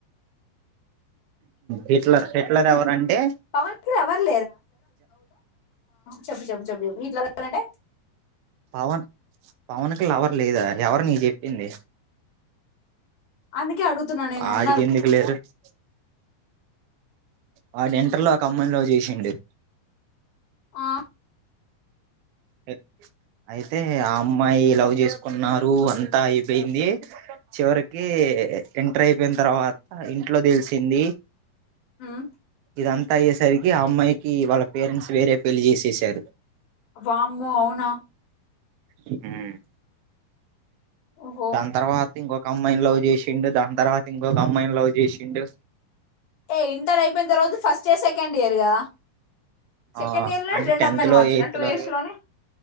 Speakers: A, on the right; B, on the left.
A: హిట్లర్ హిట్లర్ ఎవరంటే
B: పవన్ కి ఎవరు చెప్పి చెప్పపి చెప్ప చెప్పు వీట్లావరంట
A: పవన్ పవన్ క లవర్ లేదా ఎవరిని చెప్పింది
B: అందుకే అడుగుతున్నా నేను
A: ఆడికి
B: ఉన్నారు
A: ఎందుకు లేరు ఇస్ వాడెంటర్లో కమ్మలో చేసిండే
B: ఆ
A: ఆయి అయితే ఆ అమ్మాయి లవ్ చేసుకున్నారు అంతా అయిపోయింది చివరికి ఎంటర్ అయిపోయిన తర్వాత ఇంట్లో తెలుసు తిండీ
B: హమ్
A: ఇదంతా అయ్యేసరికి ఆ అమ్మాయికి వాళ్ళ పేరెంట్స్ వేరే పెళ్లిి చేససారు
B: వముంఅవునా
A: హమ్
B: ఓహో
A: దాని తర్వాత ఇంకొక అమ్మాయిని లవ్ చేసిండు దాని తర్వాత ఇంకొక అమ్మాయిని లవ్ చేసిండు
B: ఏ ఇంటర్ అయిపోయిన తర్వాత ఫస్ట్ ఇయర్ సెకండ్ ఇయర్ కదా సెకండ్
A: ఆ
B: ఇయర్ లో
A: అంటే
B: రెండు
A: టెన్త్
B: అమ్మాయిలు
A: లో
B: మార్చిన
A: ఎయిత్
B: టూ
A: లో
B: ఇయర్స్ లోనే